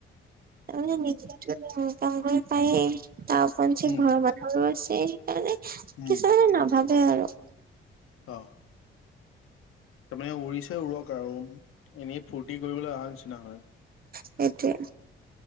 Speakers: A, on the right; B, on the left.
A: তাৰ মানে নিজে ইনকম পায় তাৰ উপৰেঞ্চি
B: উম
A: ঘৰ মানুহ আছেই সেইকাৰণে কিছুমানে
B: উম
A: নাভাবে আৰু।
B: অ'। তাৰমানে উৰিছে উৰক আৰু এনেই ফূৰ্তি কৰিবলৈ অহা নিচিনা হয়।
A: সেইটোয়ে।